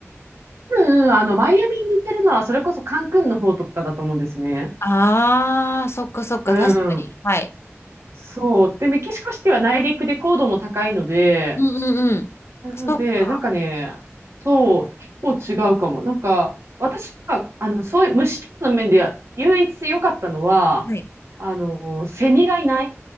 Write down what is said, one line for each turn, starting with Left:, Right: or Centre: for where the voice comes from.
Right: うんうん、あの、マイアミに似てるのは、それこそカンクンの方とかだと思うんですね。
Left: ああ、そっかそっか、
Right: うん。
Left: 確かに。はい。
Right: そう。で、メキシコシティは内陸で高度も高いので、
Left: うんうんうん。
Right: なので、
Left: そっか。
Right: なんかね、そう、結構違うかも。なんか、私が、あの、そういう虫の面で唯一良かったのは、
Left: はい。
Right: あの、セミがいない。